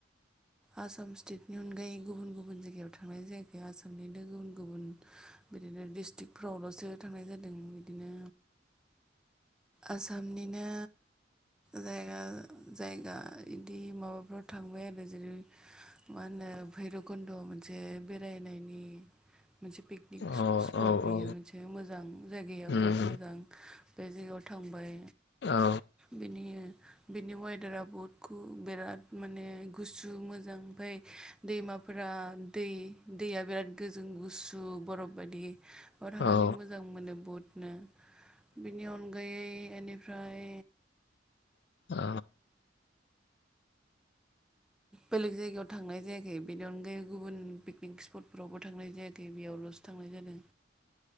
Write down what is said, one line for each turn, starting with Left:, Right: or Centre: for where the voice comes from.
Centre: आसाम स्टेटनि अनगायै गुबुन गुबुन जायगायाव थांनाय जायाखै आसामनिनो गुबुन गुबुन बिदिनो डिस्ट्रिकफ्रावल'सो थांनाय जादों बिदिनो आसामनिनो जायगा जायगा इदि माबाफ्राव थांबाय आरो जेरै मा होनो भैरबकुन्द' मोनसे बेरायनायनि मोनसे पिकनिक
Left: अ
Centre: स्पट
Left: औ
Centre: बियो
Left: औ
Centre: मोनसे मोजां जायगाया
Left: उम
Centre: बहुत मोजां बे जायगायाव थांबाय
Left: औ
Centre: बिनि बेनि वेदारा बहुत कु बिराद माने गुसु मोज जां ओमफाय दैमाफोरा दै दैया बिराद गोजों गुसु बरफ बादि बाव थांनानै
Left: औ
Centre: मोजां मोनो बहुत नो बिनि अनगायै इनिफ्राय
Left: अ
Centre: बेलेग जायगायाव थांनाय जायाखै बेनि अनगायै गुबुन पिकनिक स्पटफोरावबो थांनाय जायाखै बेयावल'सो थांनाय जादों